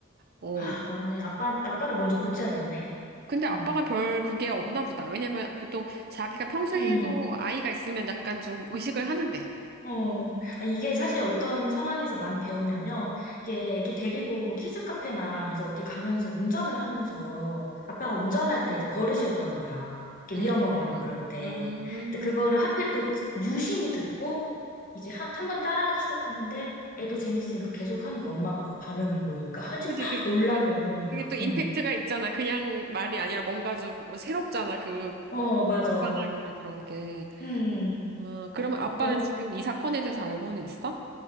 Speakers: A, on the right (about 50°); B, on the left (about 45°).
A: 어.
B: 아, 맞네. 아빠, 아빠를 먼저 고쳐야겠네.
A: 근데 아빠가
B: 음.
A: 별 그게 없나 보다. 왜냐면 보통 자기가 평소에
B: 음,
A: 해도 아이가 있으면 약간 좀 의식을 하는데.
B: 어. 아, 이게 사실 어떤 상황에서 많이 배웠냐면, 이게 애기 데리고 뭐 키즈 카페나 이제 어디 가면서 운전을 하면서 아빠가 운전할 때 이제 버릇이었던 거야. 이렇게
A: 음,
B: 위험하거나
A: 음,
B: 그럴 때. 근데
A: 음.
B: 그거를 하필 또 유심히 듣고 이제 한, 한 번 따라하기 시작하는데 애도 재밌으니까 계속 하는 거 엄마 아빠가 반응을 보이니까 하지마
A: 그치, 그,
B: 놀라고
A: 그치.
B: 그러니까.
A: 그게 또 임팩트가
B: 응.
A: 있잖아. 그냥 말이 아니라 뭔가 좀 새롭잖아. 그
B: 어, 맞아.
A: 상황이라 그런 게.
B: 음,
A: 아, 그러면 아빠는
B: 너,
A: 지금 이 사건에 대해서 알고는 있어?